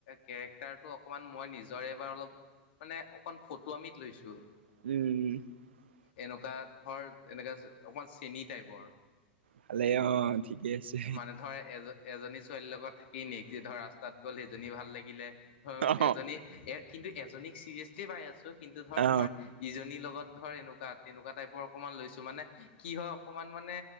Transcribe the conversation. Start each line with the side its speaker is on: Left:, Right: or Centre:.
Left: কেৰেক্টাৰটো অকমান মই নিজৰে এবাৰ অলপ, মানে অকন ফটোৱামিত লৈছো।
Right: উম
Left: এনেকুৱা ধৰ, এনেকুৱা অকমান চেনি টাইপৰ।
Right: ভালে অ ঠিকে আছে
Left: মানে ধৰ, এজ, এজনী ছোৱালীৰ লগত থাকি <unintelligible> ধৰ ৰাস্তাত গ'ল, সেইজনী ভাল লাগি গিলে, ধৰ
Right: অ
Left: এজনী কিন্তু এজনীক চিৰিয়াচলি পাই আছো, কিন্তু ধৰ
Right: অ
Left: তোমাৰ ইজনী লগত ধৰ এনেকুৱা, তেনেকুৱা টাইপৰ অকনমান লৈছো মানে কি হয় অকমান মানে